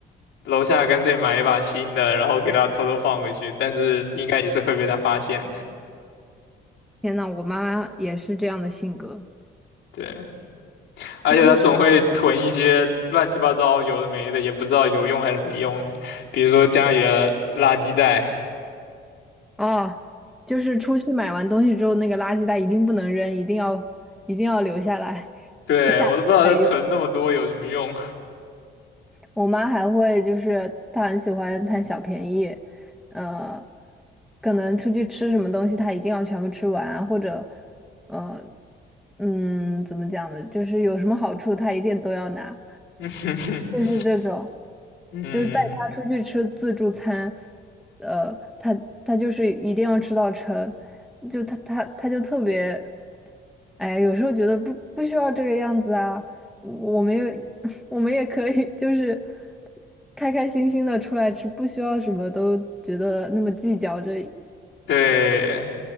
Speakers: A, on the left (about 80°); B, in the centre.
A: 楼下干脆买一把新的，然后给她偷偷放回去，但是应该也是会被她发现的。
B: 天呐，我妈妈也是这样的性格，
A: 对，而且她总会囤一些乱七八糟有的没的，
B: 就是。
A: 也不知道有用还是没用的，比如说家里的垃圾袋。
B: 哦，就是出去买完东西之后，那个垃圾袋一定不能扔，一定要一定要留下来，
A: <laughs> 对，
B: 下一次再用。
A: 我都不知道它存那么多有什么用。
B: 我妈还会就是她很喜欢贪小便宜，呃，可能出去吃什么东西，她一定要全部吃完啊或者呃，嗯，怎么讲呢？就是有什么好处，她一定都要拿，
A: <laughs>
B: 就是这种。
A: 嗯，
B: 就是带他出去吃自助餐，呃，他他就是一定要吃到撑，就他他他就特别，哎呀，有时候觉得不不需要这个样子啊，我们也 <laughs> 我们也可以就是开开心心的出来吃，不需要什么都觉得那么计较这
A: 对，